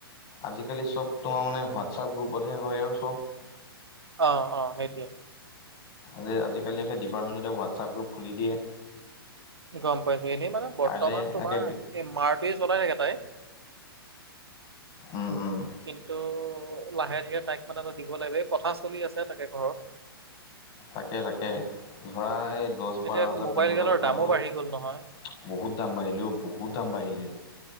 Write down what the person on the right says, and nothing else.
অ অ সেইটোৱে।
গম পাইছো এনেই মানে বৰ্তমান
তোমাৰ
এই মাৰটোৱে চলাই থাকে তাই।
কিন্তু লাহে ধীৰে তাইক মানে এটা দিব লাগিব এই কথা চলি আছে তাকে ঘৰত।
এতিয়া
আকৌ মোবাইল
গালৰ
দামো
বাঢ়ি গ'ল নহয়